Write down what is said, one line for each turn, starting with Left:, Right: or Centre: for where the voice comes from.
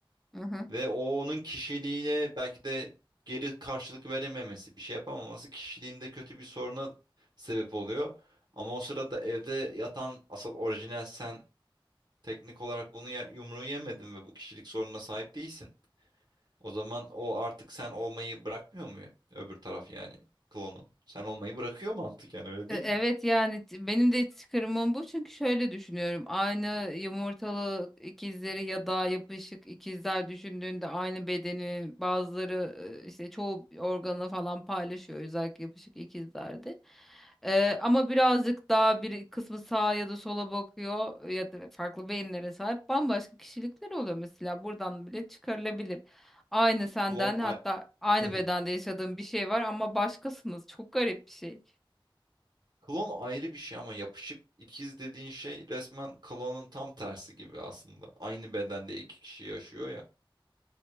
Centre: Hı hı.
Right: ve o onun kişiliğine belki de geri karşılık verememesi, bir şey yapamaması kişiliğinde kötü bir soruna sebep oluyor. Ama o sırada evde yatan asıl orijinal sen teknik olarak bunu ya, yumruğu yemedin ve bu kişilik sorununa sahip değilsin. O zaman o artık sen olmayı bırakmıyor mu? Öbür taraf yani klonun. Sen olmayı bırakıyor mantıken öyle
Centre: E,
Right: değil
Centre: Evet
Right: mi?
Centre: yani t- benim de çıkarımım bu çünkü şöyle düşünüyorum. Aynı yumurtalı ikizleri ya da yapışık ikizler düşündüğünde aynı bedeni bazıları e, işte çoğu organı falan paylaşıyor özellikle yapışık ikizlerde. E, ama birazcık daha bir kısmı sağa ya da sola bakıyor ya da farklı beyinlere sahip bambaşka kişilikler oluyor mesela buradan bile çıkarılabilir. Aynı senden
Right: Klon
Centre: hatta
Right: a-
Centre: aynı
Right: <laughs>
Centre: bedende yaşadığın bir şey var ama başkasınız. Çok garip bir şey.
Right: klon ayrı bir şey ama yapışık ikiz dediğin şey resmen klonun tam tersi gibi aslında. Aynı bedende iki kişi yaşıyor ya.